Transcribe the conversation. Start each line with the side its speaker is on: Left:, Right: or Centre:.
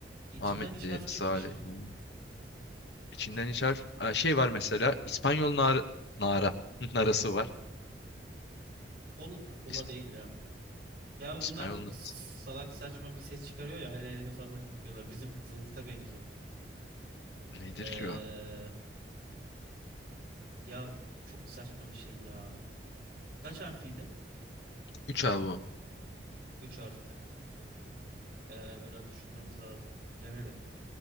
Right: İçinden
Left: Ahmetli,
Right: hiç harf
Left: Salihli.
Right: çıkmış mı?
Left: İçinden hiç harf Aa, şey var mesela İspanyol nar nara <laughs> narası var.
Right: Hol, hola
Left: İs-
Right: değil ya. Ya bunlar
Left: İspanyol narası.
Right: salak saçma bir ses çıkarıyor ya hele hele falan yapıyorlar. Bizim zılgıta benziyor.
Left: Nedir
Right: Ee,
Left: ki o?
Right: ya çok saçma bir şey ya. Kaç harfliydi?
Left: Üç abi o.
Right: Üç harfli. Ee, biraz düşünmemiz lazım. Bilemedim.